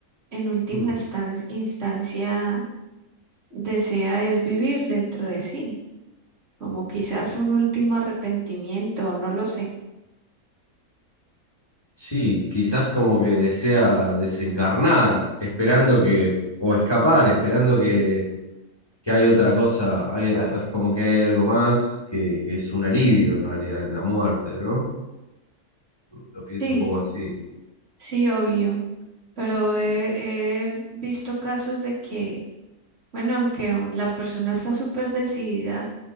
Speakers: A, on the right; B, on the left.
A: en última
B: mm.
A: instan- instancia, desea es vivir dentro de sí, como quizás un último arrepentimiento, no lo sé.
B: Sí, quizás como que desea desencarnar, esperando que, o escapar, esperando que, que hay otra cosa, hay- hay- es como que hay algo más que, que es un alivio en realidad en la muerte, ¿no? Lo pienso
A: Sí,
B: un poco así.
A: sí, obvio, pero he he visto casos de que Bueno, aunque la persona está súper decidida